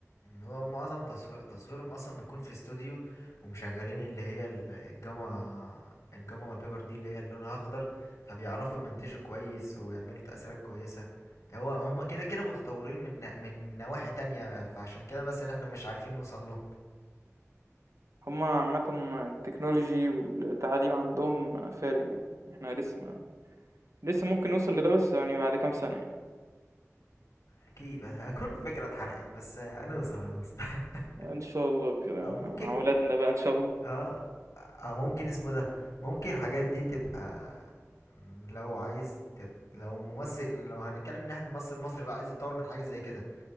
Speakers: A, on the left (about 75°); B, on the right (about 65°).
A: هو معظم تصوير تصويرهم اصلا بيكون في استوديو ومشغلين اللي هي ال- الجاما الجاما والبيبر دي اللي هي لونها اخضر فبيعرفوا يمنتجوا كويس ويعملوا تأثيرات كويسة هو هما كده كده متطورين من من نواحي تانية فعشان كده مثلا احنا مش عارفين نوصل له
B: هُم عامةً التكنولوجي والتعليم عندهم فارق يعني، إحنا لسه ما لسه ممكن نوصل لده بس يعني بعد كام سنة يعني،
A: اكيد هكون الفكرة اتحرقت بس هنوصل هنوصل <laughs>
B: إن شاء الله كده
A: او ممكن
B: مع ولادنا بقى إن شاء الله.
A: اه او ممكن اسمه إيه ده ممكن الحاجات دي تبقى مم، لو عايز تت... لو ممثل لو هنتكلم من ناحية ممثل مصري بقى عايز يتطور من حاجة زي كده